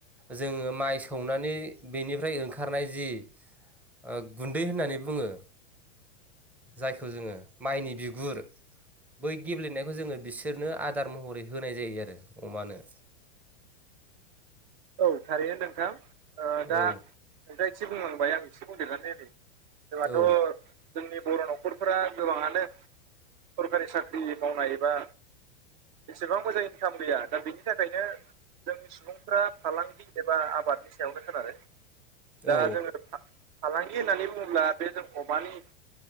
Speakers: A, in the centre; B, on the right (about 50°).
A: जोङो माइ सौनानै बेनिफ्राय ओंखारनाय जि ओ गुन्दै होननानै बुङो। जायखौ जोङो माइनि बिगुर बै गेब्लेनायखौ जोङो बिसोरनो आदार महरै होनाय जायो आरो अमानो
B: औ थारैनो नोंथां दा
A: औ
B: नोंथाङा एसे बुंलांबाय आं एसे बुंदेरनै होनि बेबाथ'
A: औ
B: जोंनि बर' न'खरफोरा गोबाङानो सरखारि साख्रि मावनाय एबा एसेबां मोजां इनकाम गैया दा बेनि थाखायनो जोंनि सुबुंफ्रा फालांगि एबा आबादनि सायावनो खोनारो दा
A: औ
B: जोङो फालांगि होननानै बुङोब्ला बे जों अमानि